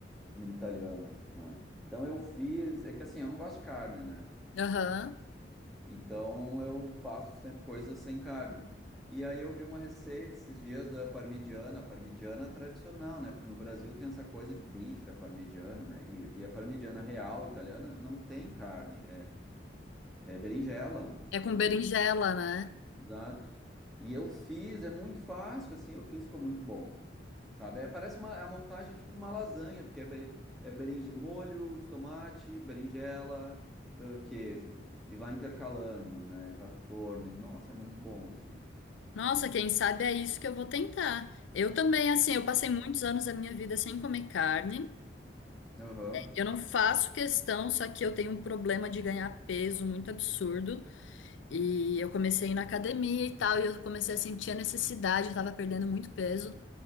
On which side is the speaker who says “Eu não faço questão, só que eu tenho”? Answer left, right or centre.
Left